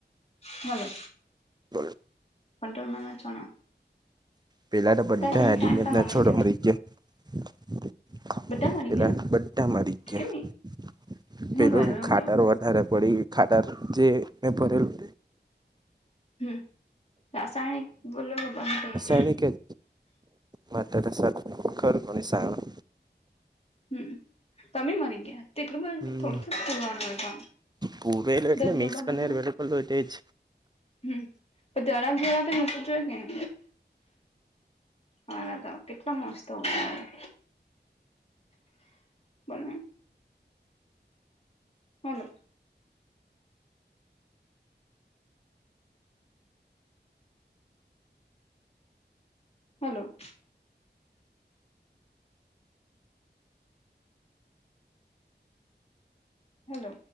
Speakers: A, on the left (about 35°); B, on the right (about 25°).
A: હલો
B: જ
A: કંટ્રોલનોણા ચણા
B: પેલા તો બધા
A: કે ની
B: હડીને
A: ખાય તાર
B: ના
A: મમ્મીને
B: છોડ
A: કે
B: મળી ગયા.
A: બધા મરી
B: પેલા
A: ગયા
B: બા મારી ગયા
A: કેમ હું
B: પેલું
A: કરું એવું
B: ખાટાર
A: તો
B: વધારે પડી. ખાટાર જે ફ્લેરું
A: હમ રાસાયણિક બોલો કે બંધ
B: તને કેે માતા સા મુખર અને સારા
A: હમ્મ તમે મરી ગયા તેટલું બન
B: હમ
A: થોડું થોડું પડવાનું
B: પૂરેલું એટલે
A: દગલ
B: મિક્સ
A: બને
B: કરીને
A: થોડ
B: અવેલેબલ હોય તે જ
A: હમ્મ દરા જરા કઈ મૂકવું જોએ કે ન હા કેટલા મસ્ત હોય બને હલો હલો હલો.